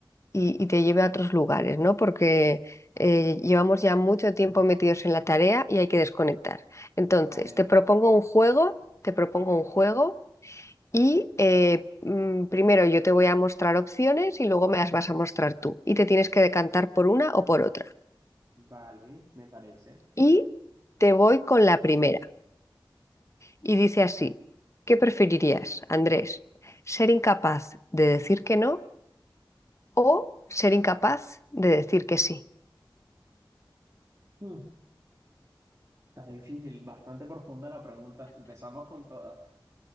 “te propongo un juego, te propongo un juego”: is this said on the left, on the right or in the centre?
Left